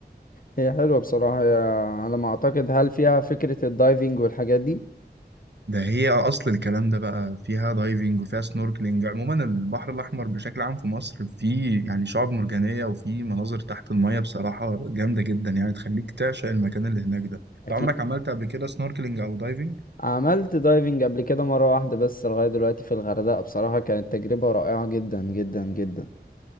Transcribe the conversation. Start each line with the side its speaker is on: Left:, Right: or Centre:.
Left: هي حلوة بصراحة هي على ما اعتقد هل فيها فكرة الدايفنج والحاجات دي
Right: ده هي اصل الكلام ده بقى فيها دايفنج وفيها سنوركلينج عموما البحر الاحمر بشكل عام في مصر فيه يعني شعاب مرجانيه وفيه مناظر تحت الميه بصراحه جامده جدا يعني تخليك تعشق المكان اللي هناك ده انت
Left: اكيد
Right: عمرك عملت قبل كده سنوركلينج او دايفنج
Left: عملت دايفنج قبل كده مرة واحدة بس لغاية دلوقتي في الغردقة بصراحة كانت تجربة رائعة جدا جدا جدا